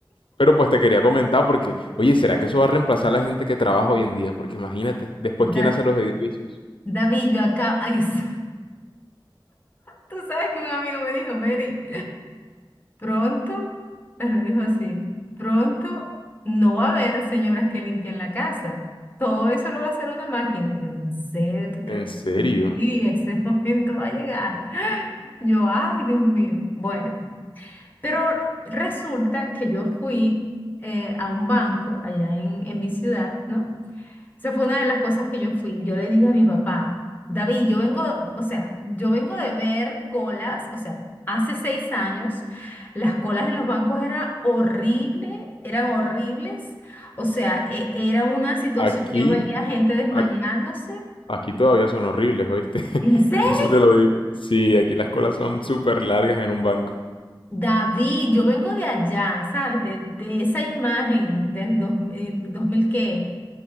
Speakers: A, on the left; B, on the left.
A: Pero pues te quería comentar porque, oye, ¿será que eso va a reemplazar a la gente que trabaja hoy en día? Porque imagínate, después
B: Da-
A: ¿quién hace los edificios?
B: David, yo acá. <laughs> Tú sabes que un amigo me dijo, Mary, pronto, me lo dijo así, pronto no va a haber señoras que limpien la casa. Todo eso lo va a hacer una máquina. Y yo, ¿en serio tú crees?
A: En serio,
B: Y ese <laughs> momento va a llegar. Yo, ay, Dios mío. Bueno, pero resulta que yo fui eh, a un banco allá en, en mi ciudad, ¿no? Esa fue una de las cosas que yo fui. Yo le dije a mi papá, David, yo vengo, o sea, yo vengo de ver colas, o sea, hace seis años, las colas en los bancos era horrible, eran horribles, o sea, e- era una situación
A: aquí,
B: que yo veía gente desmayándose.
A: ac- aquí todavía son horribles, ¿oíste? <laughs>
B: ¿En serio?
A: Eso te lo digo. Sí, aquí las colas son súper largas en un banco.
B: David, yo vengo de allá, ¿sabes? De, de esa imagen del 2000 qué,